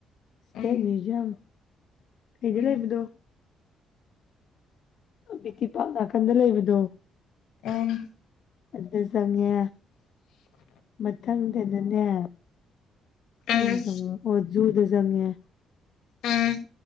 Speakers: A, on the left; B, on the left.
A: ꯁꯇꯦꯠ
B: ꯎꯝ
A: ꯃ꯭ꯌꯨꯖꯝ ꯀꯩꯗꯤ
B: ꯎꯝ
A: ꯂꯩꯕꯗꯣ ꯕꯤꯇꯤ ꯄꯥ ꯅꯥꯀꯟꯗ ꯂꯩꯕꯗꯣ
B: ꯎꯝ
A: ꯑꯗꯨꯗ ꯆꯉꯦ ꯃꯊꯪꯗꯅꯅꯦ ꯀꯥꯏꯅ
B: ꯎꯝ
A: ꯆꯪꯂ ꯑꯣꯖꯨꯗ ꯆꯪꯦ
B: ꯎꯝ